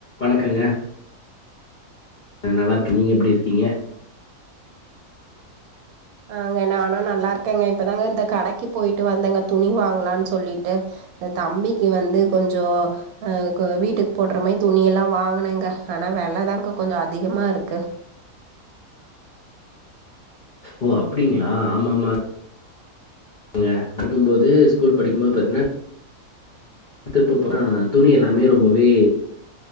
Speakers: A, on the left (about 45°); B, on the right (about 80°).
A: வணக்கங்க ஆ நல்லாருக்கே நீங்க எப்டி இருக்கீங்க
B: ஆ ங்க நானு நல்லாருக்கேங்க இப்பதாங்க இந்த கடைக்கு போயிட்டு வந்தங்க துணி வாங்கலான் சொல்லிட்டு இந்த தம்பிக்கு வந்து கொஞ்சோ ஆ கோ வீட்டுக்கு போட்ற மாயி துணியெல்லா வாங்குனங்க ஆனா வெல தாங்க கொஞ்சோ அதிகமாருக்கு
A: ஓ அப்டிங்ளா ஆமா ஆமாங்க <unintelligible> கும்போது ஸ்கூல் படிக்கும்போது பாத்தீங்கன்னா திருப்பூர் போனா துணி எல்லாமே ரொம்பவே